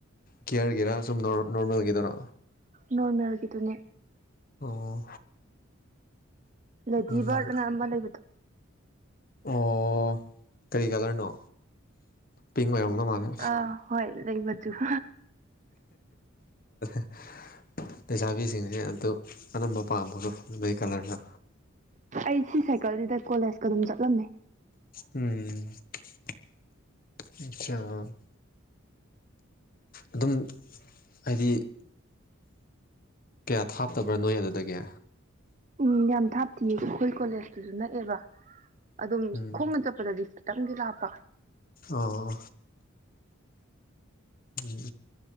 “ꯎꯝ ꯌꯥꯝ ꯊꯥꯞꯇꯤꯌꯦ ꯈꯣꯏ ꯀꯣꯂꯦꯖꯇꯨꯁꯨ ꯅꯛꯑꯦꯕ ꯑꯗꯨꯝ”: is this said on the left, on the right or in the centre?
Right